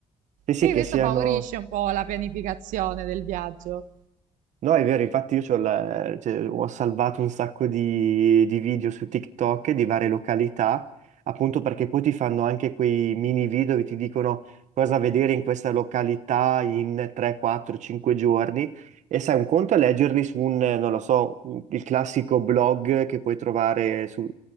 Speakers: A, on the right (about 65°); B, on the right (about 85°).
A: Sì, sì,
B: Quindi
A: che
B: questo
A: siano...
B: favorisce un po' la pianificazione del viaggio.
A: No, è vero, infatti io c'ho la- cioè, ho salvato un sacco di, di video su TikTok di varie località, appunto perché poi ti fanno anche quei mini video che ti dicono cosa vedere in questa località in 3, 4, 5 giorni. E sai, un conto è leggerli su un, eh, non lo so, un- il classico blog che puoi trovare su-